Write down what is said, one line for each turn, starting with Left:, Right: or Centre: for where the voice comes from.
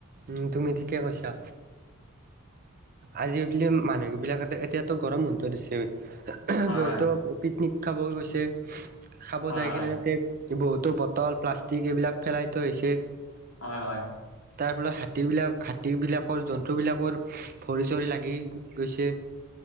Right: উ, তুমি ঠিকে কৈছা। আজিকালি মানুহ বিলাক এতিয়াতো গৰম বন্ধ দিছে, বহুতো
Left: হয়
Right: পিকনিক খাব গৈছে, খাব
Left: হয়
Right: যায়
Left: হয়
Right: কিনে তাতে বহুতো বটল, প্লাষ্টিক এইবিলাক পেলাই থৈ আহিছে।
Left: হয়, হয়।
Right: তাৰ ফলত হাতীবিলাক, হাতীবিলাকৰ জন্তুবিলাকৰ ভৰি চৰি লাগি গৈছে।